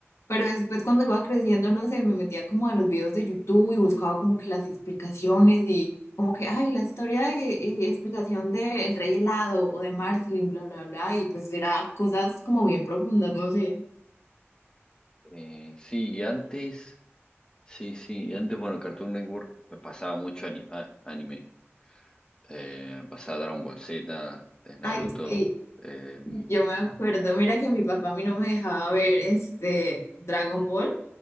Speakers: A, on the left; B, on the left.
A: Pero después cuando iba creciendo, no sé, me metía como a los videos de YouTube y buscaba como que las explicaciones y como que, ay, la historia de- y explicación de El Rey Helado o de Marceline, bla, bla, bla, y pues era cosas como bien profundas, no sé.
B: Eh, sí, y antes. Sí, sí, y antes, bueno, Cartoon Network pasaba mucho ani- a- anime. Eh, pasaba Dragon Ball Z, eh, Naruto.
A: Ay, sí,
B: eh,
A: yo me acuerdo, mira que mi papá a mí no me dejaba ver este Dragon Ball.